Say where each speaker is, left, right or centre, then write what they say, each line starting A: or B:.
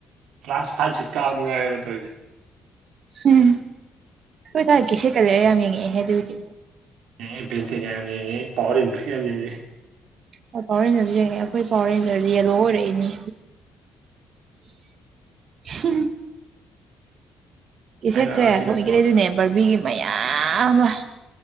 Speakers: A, on the right; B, on the right.
A: ꯀ꯭ꯂꯥꯁ ꯐꯥꯏꯚ ꯁꯤꯛꯁ ꯀꯥꯕꯗꯨ ꯉꯥꯏꯔꯦꯕ ꯇꯧꯋꯤꯖꯦ
B: ꯍꯨꯝ ꯑꯈꯣꯏ ꯊꯥꯏꯅ ꯀꯦꯁꯦꯠ ꯀꯥ ꯂꯩꯔꯥ ꯌꯥꯝ ꯌꯦꯡꯉꯛꯑꯦꯍꯦ ꯑꯗꯨꯏꯗꯤ
A: ꯌꯦꯡꯉꯦ ꯕꯦꯟꯇꯦꯟꯒ ꯌꯥꯝ ꯉꯦꯡꯉꯛꯑꯦ ꯄꯋꯥꯔ ꯔꯦꯟꯖꯔꯒ ꯌꯥꯝ ꯌꯦꯡꯉꯛꯑꯦ
B: ꯍꯣꯏ ꯄꯋꯥꯔ ꯔꯦꯟꯖꯔꯁꯨ ꯌꯦꯡꯉꯦ ꯑꯈꯣꯏ ꯄꯋꯥꯔ ꯔꯦꯟꯖꯔꯗ ꯌꯦꯜꯂꯣ ꯑꯣꯏꯔꯛꯏꯅꯦ <unintelligible> ꯀꯦꯁꯦꯠꯁꯦ
A: ꯊꯥꯏꯅ ꯁꯤꯗ
B: ꯊꯥꯑꯣꯏꯀꯤ
A: ꯇꯝꯃꯝꯃꯦ
B: ꯂꯩꯗꯣꯏꯅꯩ ꯕꯔꯕꯤꯒꯤ ꯃꯌꯥꯝ ꯑꯃ